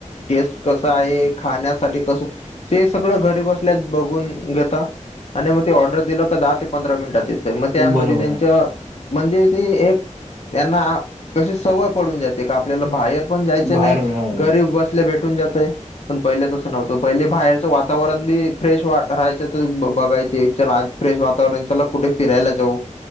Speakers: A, on the left (about 55°); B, on the right (about 30°).
A: टेस्ट कस आहे? खाण्यासाठी कस? हे सगळं घरी बसल्याच बघून घेत आणि मग ते ऑर्डर दिलं का दहा ते पंधरा मिनिटात येत ते मग त्या
B: बरोबर
A: मधे त्यांच,
B: आहे.
A: म्हणजे ते एक त्यांना तशी सवय पडून ज्याते का आपल्याला बाहेर पण ज्यायच नाही,
B: बाहेर हां,
A: घरी बसल्या भेटून जातय पण पहिले तसं नव्हतं पहिले बाहेरचं वातावरण बी फ्रेश वा राहायचं तर बघायचे <unintelligible> आज फ्रेश वातावरण आहे, च्यला कुठे फिरायला जाऊ.